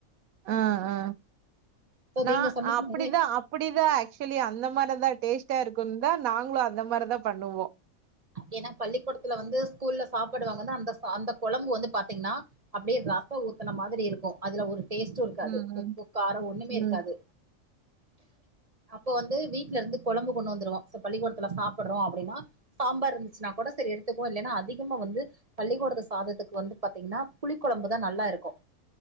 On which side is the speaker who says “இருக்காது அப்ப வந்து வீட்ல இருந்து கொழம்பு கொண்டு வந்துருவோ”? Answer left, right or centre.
Right